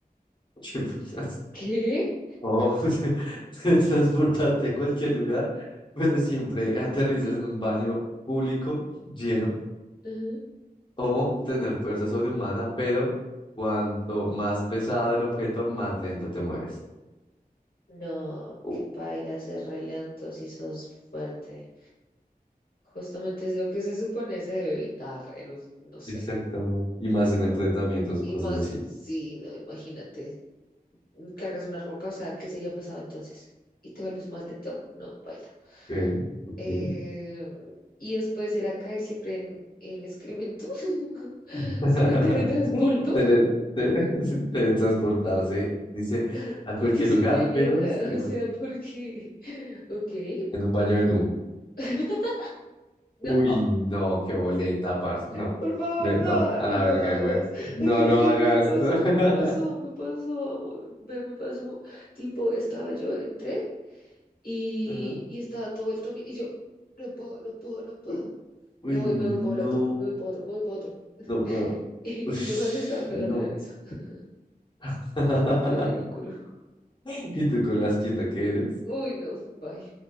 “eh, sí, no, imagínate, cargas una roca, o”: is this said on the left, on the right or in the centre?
Left